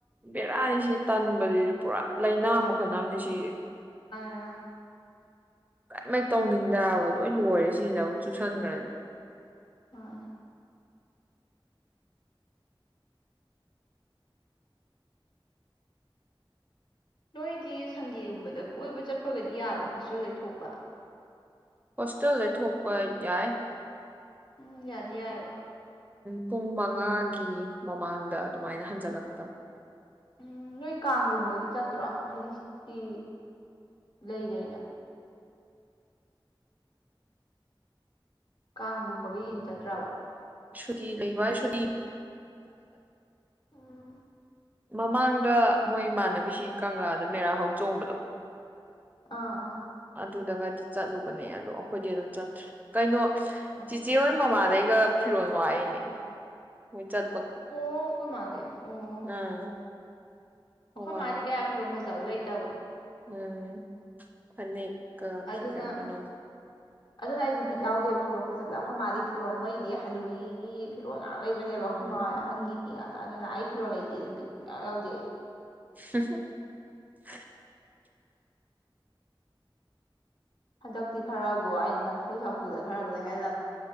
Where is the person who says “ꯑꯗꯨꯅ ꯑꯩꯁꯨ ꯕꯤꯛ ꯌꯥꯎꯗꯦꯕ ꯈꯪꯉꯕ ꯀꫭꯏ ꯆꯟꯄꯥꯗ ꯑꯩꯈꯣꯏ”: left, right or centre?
Left